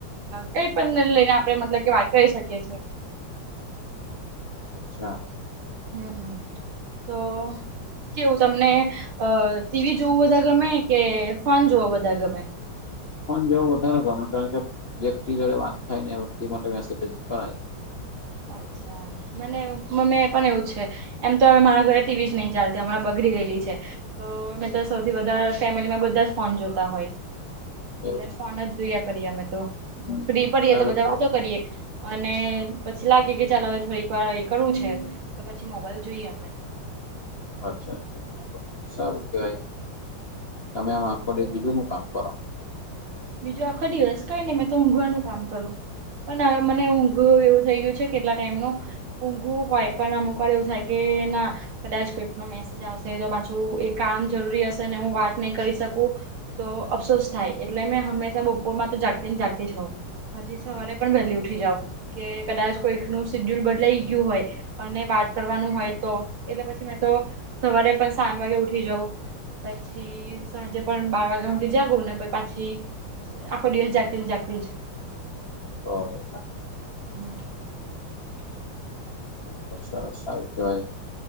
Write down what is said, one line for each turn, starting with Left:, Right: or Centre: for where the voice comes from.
Right: કઈ પણ લઈને આપડે મતલબ કે વાત કરી શકીએ છીએ
Left: અચ્છા
Right: હમ હમ તો કેવું તમને અ ટીવી જોવું બધા ગમે કે ફોન જોવો બધા ગમે
Left: ફ જેવો વધારે ગમે કારણ કે વ્યક્તિ જોડે વાત થાય ને વ્યક્તિ માટે મેસેજસેજ કરાય
Right: અચ્છા મનેમે પણ એવું છે એમ તો હવે મારા ઘરે ટીવી જ નહી ચાલતી હમણાં બગડી ગયેલી છે તો મે તો સૌથી વધા ફેમિલીમાં બધા જ ફોન જોતા હોય એટલે
Left: એવું છે
Right: ફોન જ જોયા કરીએ અમે તો
Left: હમ,
Right: ફ્રી પરય
Left: સારું
Right: તો બધા
Left: કેવાય
Right: વાતો કરીએ અને પછી લાગે કે ચાલ હવે થોડીક વાર એ કરવું છે તો પછી મોબાઈલ જોઈએ અમે
Left: અચ્છા અચછા સારું કેવાય તમે આમ આખોડે બીજું ન કામ કરો
Right: બીજો આખો દિવસ કઈ ને મેં તો ઊંઘવાનું કામ કરું પણવે મને ઊંઘું એવું થઈ ગયું છે કેટલા ટાઈમ ન ઊંઘું હોય પણ અમુક વાર એવું થાય કે ના કદાચ કોઈક ન મે મેજ આવશે તો પાછું એ કામ જરૂરી હશે ને હું વાત નહી કરી શકું તો અફસોસ થાય એટલે મેં હંમેશા બપોર માં તો જાગતી ને જાગતી જ હોવ પછી સવારે પણ વહેલી ઉઠી જાાવ કે કદાચ કોઈક ન સીડ્યુલ બદલા ગયું હોય અને વાત કરવાનું હોય તો એટલે પછી મે તો સવારે પણ સાત વાગે ઉઠી જઉું પછી સાંજે પણ બાર વાગ્યા સુધી જાગું ને પી પછી આખો દિવસ જાગતી ને જાગતી જ
Left: ઓ
Right: હમ બ
Left: સર સારું કેવાય